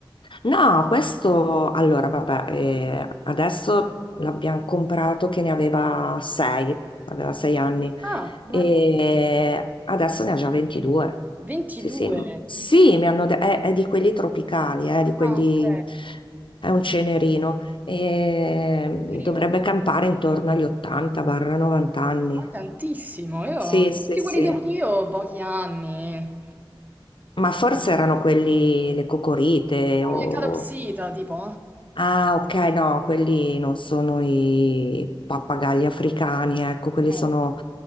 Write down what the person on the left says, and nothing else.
No, questo allora, vabbè, eh, adesso l'abbiamo comprato che ne aveva 6, aveva 6 anni
e adesso ne ha già 22.
Sì, sì, sì, mi hanno detto, è, è di quelli tropicali, eh, di quelli,
è un cenerino e
dovrebbe campare intorno agli 80-90 anni.
Sì, sì,
sì,
ma
forse erano quelli, le cocorite o...
Ah, ok, no, quelli non sono i pappagalli africani, ecco, quelli
sono,